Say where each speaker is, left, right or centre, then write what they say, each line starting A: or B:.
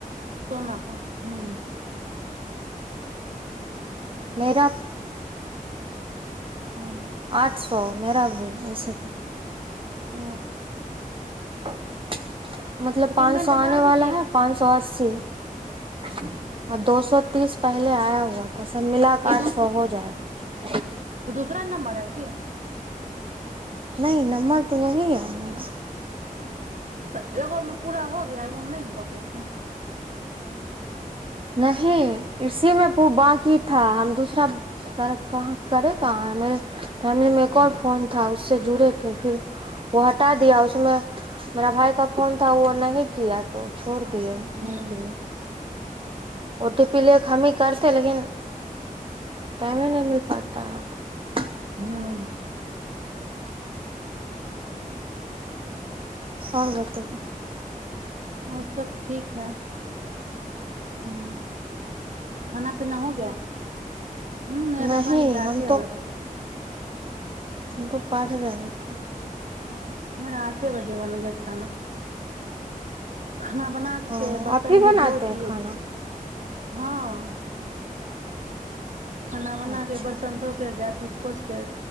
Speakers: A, on the right; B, on the right.
A: सोना क हू
B: मेरा हँ ने आठ सौ मेरा भी उसे
A: ह
B: <inaudible> मतलब
A: तो पेमेंट
B: पाँन सौ आने
A: मार
B: वाला
A: भी दिए
B: है पाँन सौ आस्सी <inaudible> आ दो सौ तीस पहिले आया हुआ त सब मिलाक
A: ई
B: आठ सौ हो जाएगा
A: दुसर नंबर है की
B: नहि नबंर तोऽ वही ह मेरा
A: तऽ एगोमे पूरा हो गया एगो नहि हुआ कैसे तऽ
B: नहि इसी में बांकी था दूसरा क करे कहाँ हैं मेरे फेमली में एगो और फोन था उसे से जुड़े थे फिर हटा दिया मेरे भाइ का फोन था वो नहीं किया तो छोर दिये
A: हम्म
B: नहि किये ओ टी पी ले हमी करते लेकिन टाइम नहि मिल पाता है
A: हम्म
B: ओर बतैयौ
A: ओर सब ठीक है
B: ह्म
A: खाना पीना हो गया ह मेरा
B: नहीं
A: बन गया
B: हम
A: आठे
B: तो
A: बजे
B: हम तो पढ़ रहे थे
A: हाँ मेरा आठे बजे बन गया खाना खाना बना के
B: ओ
A: बर्त्तन
B: आप ही बनाते
A: भी धो
B: हैं
A: दिये
B: खाना
A: हाँ खाना बना
B: अच्छा
A: के बरतन धोके के गैस उस पोछ के